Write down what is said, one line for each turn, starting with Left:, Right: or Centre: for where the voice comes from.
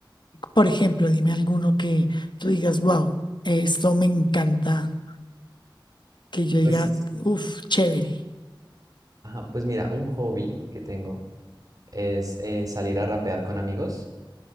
Left: Por ejemplo, dime alguno que tú digas, wow, esto me encanta. Que yo diga,
Right: Pues,
Left: uff, chévere.
Right: ajá, pues mira, un hobby que tengo es eh, salir a rapear con amigos.